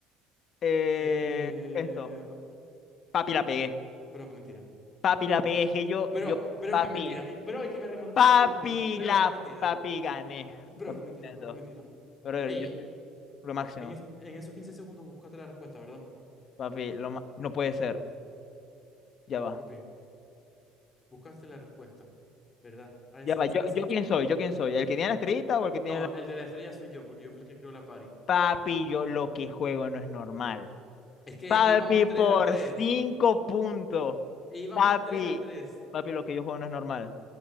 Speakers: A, on the left (about 40°); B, on the left (about 20°).
A: eh,
B: Eh, eh...
A: esto.
B: ah,
A: Papi, la pegué.
B: Bro, qué mentira.
A: Papi, la pegué, dije yo,
B: Bro,
A: yo,
B: bro,
A: papi,
B: qué mentira. Eh, Bro, y que me remontaste
A: papi,
B: con la última. Bro,
A: la,
B: qué mentira.
A: papi, gané.
B: Bro,
A: Papi,
B: qué
A: contento.
B: mentira, bro, qué mentira.
A: pero
B: Ey,
A: yo
B: eh,
A: soy lo máximo.
B: en, es- en esos 15 segundos buscaste la respuesta, ¿verdad?
A: Papi, lo ma- no puede ser. Ya va.
B: Papi, buscaste la respuesta, ¿verdad? A esa,
A: Ya va. Yo,
B: a esa.
A: yo quién soy, yo quién soy. ¿El que tiene la estrellita o el que tiene
B: No,
A: la...
B: el de la estrella soy yo, porque yo fui el que creó la party.
A: Papi, yo lo que juego no es normal.
B: Es que
A: Papi,
B: íbamos tres
A: por
B: a 3.
A: cinco puntos.
B: íbamos
A: Papi.
B: 3 a 3.
A: Papi, lo que yo juego no es normal.